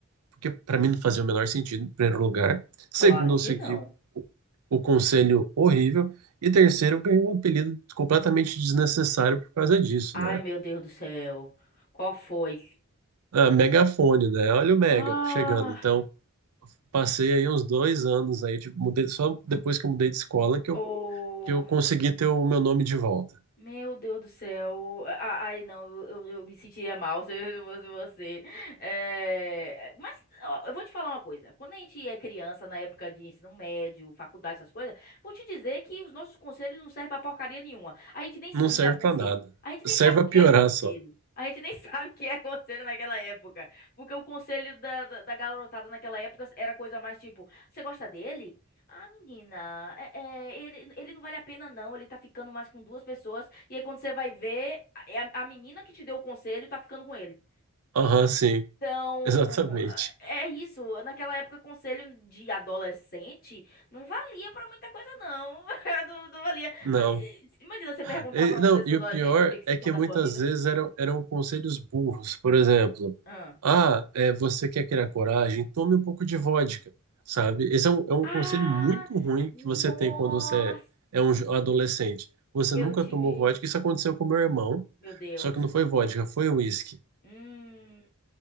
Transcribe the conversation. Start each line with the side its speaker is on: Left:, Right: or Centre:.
Right: porque para mim não fazia o menor sentido, em primeiro lugar.
Left: Claro
Right: Segundo, eu
Left: que
Right: segui
Left: não.
Right: o, o conselho horrível. E terceiro, eu ganhei um apelido completamente desnecessário por causa disso,
Left: Ai,
Right: né?
Left: meu Deus do céu. Qual foi?
Right: Ah, megafone, né? Olha o Mega
Left: Ah,
Right: chegando. Então, passei aí uns dois anos aí, tipo, mudei, só depois que eu mudei de escola que eu
Left: oh.
Right: que eu consegui ter o meu nome de volta.
Left: Meu Deus do céu. Ah, Ai, não, eu, eu- eu me sentiria mal <laughs> se eu fosse você. É, Mas ó, eu vou te falar uma coisa. Quando a gente é criança, na época de ensino médio, faculdade, essas coisas, vou te dizer que os nossos conselhos não servem pra porcaria nenhuma. A gente nem sabe
Right: Não serve
Left: dar conselho.
Right: pra nada.
Left: A gente nem
Right: Serve
Left: sabe o que
Right: pra piorar
Left: é conselho.
Right: só.
Left: A gente nem <laughs> sabe o que é conselho naquela época. Porque o conselho da, da, da garotada naquela época era coisa mais tipo: você gosta dele? Ah, menina, é- é, ele, ele não vale a pena, não. Ele tá ficando mais com duas pessoas. E aí, quando você vai ver, é a, a menina que te deu o conselho tá ficando com ele.
Right: Aham, sim,
Left: Então,
Right: <laughs> exatamente.
Left: é é isso. Naquela época, conselho de adolescente não valia pra muita coisa, não. <laughs> Não, não valia.
Right: Não.
Left: Ah, eh, Imagina você perguntar
Right: E,
Left: pra um
Right: não,
Left: desses
Right: e
Left: adolescentes
Right: o pior
Left: o que que você
Right: é
Left: quer
Right: que
Left: da
Right: muitas
Left: sua vida.
Right: vezes eram, eram conselhos burros. Por exemplo,
Left: Ah,
Right: ah, é, você quer criar coragem? Tome um pouco de vodka, sabe? Esse é um, é um
Left: Ah,
Right: conselho muito ruim
Left: nossa!
Right: que você tem quando você é, é um jo- adolescente. Você
Left: Eu
Right: nunca
Left: tive.
Right: tomou vodka. Isso aconteceu com meu irmão,
Left: Meu Deus.
Right: só que não foi vodka, foi uísque.
Left: Hum.